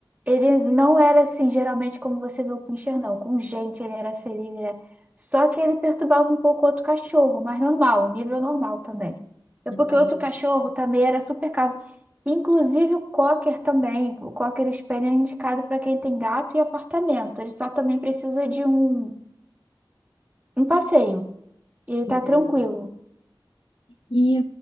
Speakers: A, on the right (about 20°); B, on the left (about 85°).
A: ele não era assim, geralmente, como você vê o Pinscher, não. Com gente, ele era feliz, ele era... Só que ele perturbava um pouco o outro cachorro, mas normal, nível normal também. É
B: entendi,
A: porque o outro cachorro também era super calmo. Inclusive o Cocker também. O Cocker Spaniel é indicado para quem tem gato e apartamento. Ele só também precisa de um, um passeio. E ele tá
B: entendi.
A: tranquilo.
B: E